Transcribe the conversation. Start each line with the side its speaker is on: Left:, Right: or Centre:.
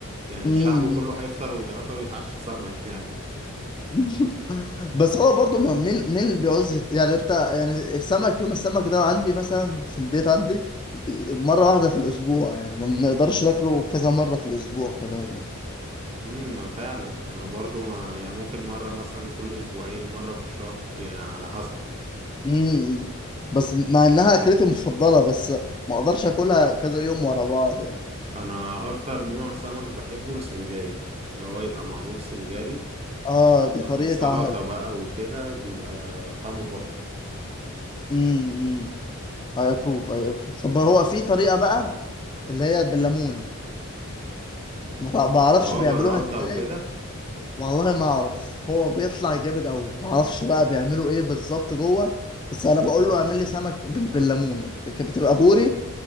Right: يعني
Left: مم.
Right: الشعب كله هيفطر ويتغدى ويتعشى سمك <laughs> يعني
Left: <laughs> بس هو برضه ما- مين مين اللي بيعوز يت- يعني انت يعني السمك يوم السمك ده عندي مثلا في البيت عندي مرة واحدة في الأسبوع يعني ما بنقدرش ناكله كذا مرة في الأسبوع كمان يعني
Right: امم ما فعلا انا برضو ما يعني ممكن مرة مثلا كل اسبوعين مرة في الشهر يعني على حسب بقى
Left: امم بس مع انها اكلتي المفضله بس ما اقدرش اكلها كذا يوم ورا بعض يعني
Right: انا اكتر نوع سمك بحبه السنجاري اللي هو يبقى معمول سنجاري
Left: اه
Right: يبقى
Left: دي طريقه
Right: بالسلطة
Left: عمل
Right: بقى وكده بيبقى طعمه تحفة
Left: امم اي ابروف اي طب هو في طريقه بقى اللي هي بالليمون ما تع- ما اعرفش
Right: اللي هو
Left: بيعملوها
Right: بالردة وكده
Left: ازاي والله ما اعرف هو بيطلع جامد قوي ما اعرفش بقى بيعملوا ايه بالظبط جوه بس انا بقول له اعمل لي سمك بال- بالليمون كانت بتبقى بوري